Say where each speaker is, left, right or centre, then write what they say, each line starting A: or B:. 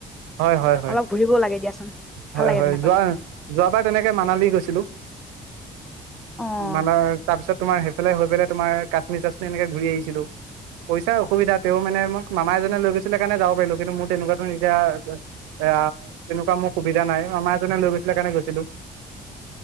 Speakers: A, on the right; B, in the centre.
A: হয় হয় হয়
B: অলপ ঘুৰিবও লাগে দিয়াচোন,
A: হয়
B: ভাল লাগে
A: হয়
B: তেনেকুৱাত।
A: যোৱা যোৱাবাৰ তেনেকে মানালী গৈছিলোঁ।
B: অ'
A: <inaudible> তাৰপিছত তোমাৰ সেইফালে হৈফেলাই তোমাৰ কাশ্মীৰ চাশ্মীৰ এনেকে ঘূৰি আহিছিলোঁ। পইচাৰ অসুবিধা তেওঁও মানে মোক মামাই এজনে লৈ গৈছিলে কাৰণে যাব পাৰিলো, কিন্তু মোৰ তেনেকুৱাতো এতিয়া এয়া তেনেকুৱা মোৰ সুবিধা নাই মামা এজনে লৈ গৈছিলে সেইকাৰণে গৈছিলোঁ।